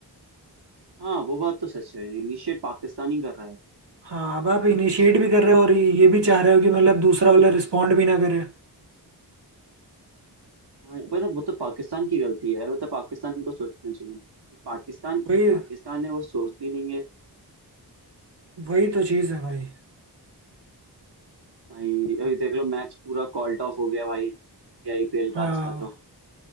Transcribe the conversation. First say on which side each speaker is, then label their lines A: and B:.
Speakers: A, on the right (about 70°); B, on the right (about 85°).
A: हाँ वो बात तो सच है इनिशिएट पाकिस्तान ही कर रहा है
B: हाँ अब आप इनिशिएट भी कर रहे हो और ये भी चाह रहे हो कि मतलब दूसरा वाला रिस्पॉन्ड भी ना करे
A: हाँ पर वो तो पाकिस्तान की गलती है यार वो तो पाकिस्तान को सोचना चाहिए बट पाकिस्तान
B: वही
A: पाकिस्तान है वो सोचती नहीं है
B: वही तो चीज़ है भाई
A: भाई अभी देख लो मैच पूरा कॉल्ड ऑफ हो गया भाई आईपीएल
B: हाँ
A: का आज का तो